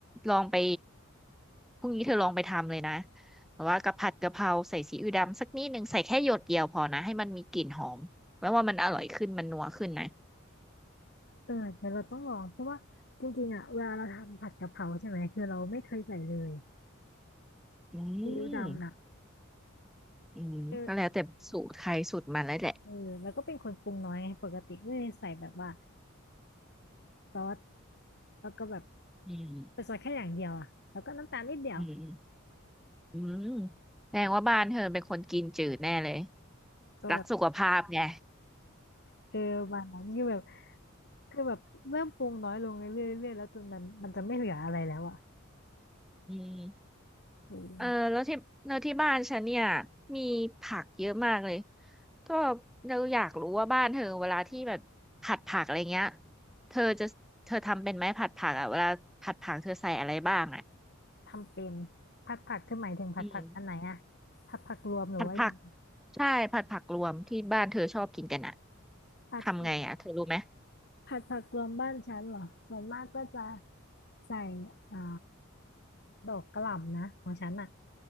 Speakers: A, in the centre; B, on the left.
A: ลองไปพรุ่งนี้เธอลองไปทำเลยนะแบบว่ากะผัดกะเพราใส่ซีอิ๊วดำสักนิดนึงใส่แค่หยดเดียวพอนะ ให้มันมีกลิ่นหอม แล้วว่ามันอร่อยขึ้น มันนัวขึ้นนะ
B: เออเดี๋ยวเราต้องลองเพราะว่าจริงๆอ่ะเวลาเราทำผัดกะเพราใช่ไหมคือเราไม่เคยใส่เลย
A: อืม
B: ซีอิ๊วดำน่ะ
A: อืมก็แล้วแต่สูตรใครสูตรมันแล้วแหละ
B: เออ เออแล้วก็เป็นคนปรุงน้อยไงปกติก็เลยใส่แบบว่าซอสแล้วก็แบบ
A: อืม
B: เป็่ซอสแค่อย่างเดียวอะแล้วก็น้ำตาลนิดเดียว
A: อืมอืมแสดงว่าบ้านเธอเป็นคนกินจืดแน่เลย
B: ก็แบบ
A: รักสุขภาพไง
B: เออวันนั้นคือแบบคือแบบเริ่มปรุงน้อยลงเรื่อยๆเรื่อยๆแล้วจนมันมันจะไม่เหลืออะไรแล้วอะ
A: อืม
B: เออ
A: เออแล้วที่แล้วที่บ้านฉันเนี่ยมีผักเยอะมากเลยก็เราอยากรู้ว่าบ้านเธอเวลาที่แบบผัดผักอะไรเงี้ยเธอจะเธอทำเป็นไหมผัดผักอ่ะเวลาผัดผักเธอใส่อะไรบ้างอ่ะ
B: ทำเป็นผัดผักคือหมายถึงผัดผักอันไหนอะ
A: อืม
B: ผัดผักรวมหรือว่ายังไง
A: ผัดผักใช่ผัดผักรวมที่บ้านเธอชอบกินกันอ่ะ
B: ผัดผัก
A: ทำไงอ่ะเธอรู้ไหม
B: ผัดผักรวมบ้านฉันเหรอส่วนมากก็จะใส่อ่าดอกกะหล่ำนะของฉันอะ